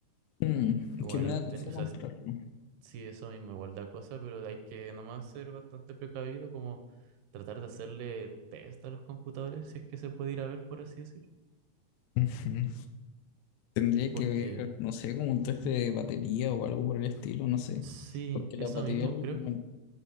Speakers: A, on the left; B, on the right.
A: Mm,
B: Igual,
A: que me da cosa
B: teni- o
A: comprarlo.
B: sea, es- sí, eso mismo, igual da cosa, pero hay que nomás ser bastante precavido, como tratar de hacerle test a los computadores, si es que se puede ir a ver, por así decir.
A: Ujú. Tendría
B: Porque
A: que ver, no sé, como un test de batería o algo por el estilo, no sé.
B: sí,
A: Porque
B: eso
A: la batería
B: mismo,
A: es lo
B: creo
A: que,
B: que